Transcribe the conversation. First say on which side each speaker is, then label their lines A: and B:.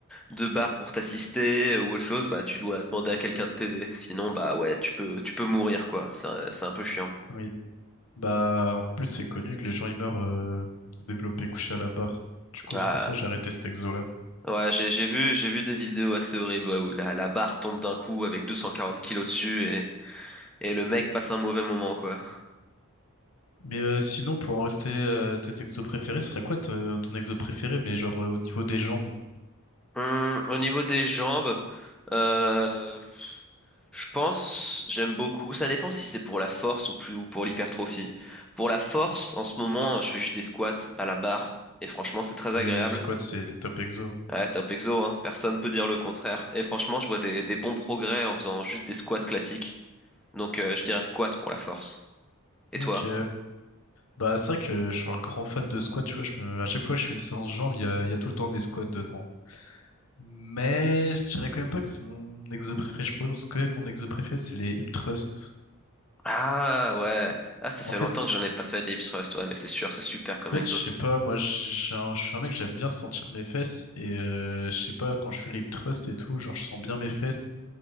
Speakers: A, in the centre; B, on the left.
A: de barre pour t'assister ou autre chose, bah tu dois demander à quelqu'un de t'aider. Sinon, bah ouais, tu peux tu peux mourir quoi. C'est un, c'est un peu chiant.
B: Oui. Bah en plus c'est connu que les gens ils meurent euh, développés couchés à la barre. Du coup
A: Ah.
B: c'est pour ça que j'ai arrêté cet exo là.
A: Ouais, j'ai j'ai vu j'ai vu des vidéos assez horribles ouais, où la, la barre tombe d'un coup avec 240 kilos dessus et, et le mec passe un mauvais moment quoi.
B: Mais euh, sinon, pour en rester euh, à tes exos préférés, ce serait quoi ton, euh, ton exo préféré, mais genre euh, au niveau des jambes?
A: Hum, au niveau des jambes, euh, pff, je pense, j'aime beaucoup. Ça dépend si c'est pour la force ou plus ou pour l'hypertrophie. Pour la force, en ce moment, je fais juste des squats à la barre et franchement, c'est très
B: Les
A: agréable.
B: squats, c'est top exo.
A: Ouais, top exo, hein. Personne peut dire le contraire. Et franchement, je vois des, des bons progrès en faisant juste des squats classiques. Donc, euh, je dirais squat pour la force. Et
B: Ok.
A: toi?
B: Bah, c'est vrai que je suis un grand fan de squats, tu vois. Je me... À chaque fois que je fais une séance jambes, il y a, il y a tout le temps des squats dedans. Mais je dirais quand même pas que c'est mon exo préféré. Je pense que mon exo préféré, c'est les hip thrusts.
A: Ah ouais, ah ça
B: En
A: fait
B: fait,
A: longtemps que j'en ai pas fait des biceps, ouais, mais c'est sûr, c'est super comme
B: en
A: exo.
B: fait, je sais pas, moi, j'ai un- je suis un mec, j'aime bien sentir mes fesses. Et euh, je sais pas, quand je fais les hip thrusts et tout, genre, je sens bien mes fesses.